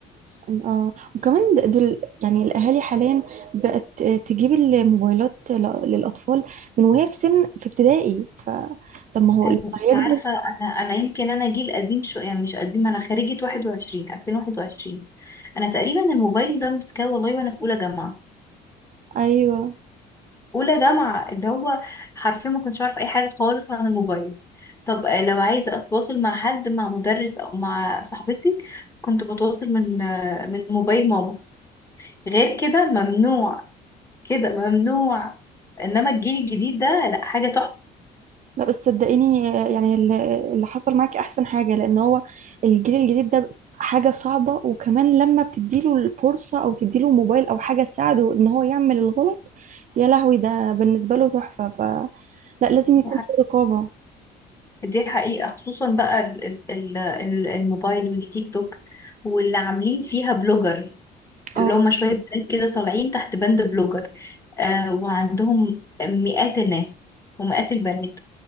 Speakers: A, on the right; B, on the left.
A: اه وكمان د- دول يعني الأهالي حاليا بقت آه، تجيب الموبايلات ل- للأطفال من وهي في سن في ابتدائي فطب ما هو
B: أنا-
A: لما هيكبر
B: عارفة أنا أنا يمكن أنا جيل قديم شوية يعني مش قديم أنا خريجة 21 2021 أنا تقريبا الموبايل ده مسكاه والله وأنا في أولى جامعة
A: ايوه
B: أولى جامعة اللي هو حرفيا ما كنتش أعرف أي حاجة خالص عن الموبايل طب آه، لو عايزة أتواصل مع حد مع مدرس أو مع صاحبتي كنت بتواصل من آه، من موبايل ماما غير كده ممنوع كده ممنوع إنما الجيل الجديد ده لأ حاجة
A: لا بس صدقيني يعني اللي اللي حصل معاكي احسن حاجه لان هو الجيل الجديد ده حاجه صعبه وكمان لما بتديله الفرصه او تديله موبايل او حاجه تساعده ان هو يعمل الغلط يا لهوي ده بالنسبه له تحفه ف لا لازم يكون
B: تحفة
A: في رقابه
B: دي حقيقة خصوصا بقى ال- ال- ال- الموبايل والتيك توك واللي عاملين فيها بلوجر
A: اه
B: اللي هم شوية بنات كده طالعين تحت بند بلوجر آه وعندهم مئات الناس ومئات البنات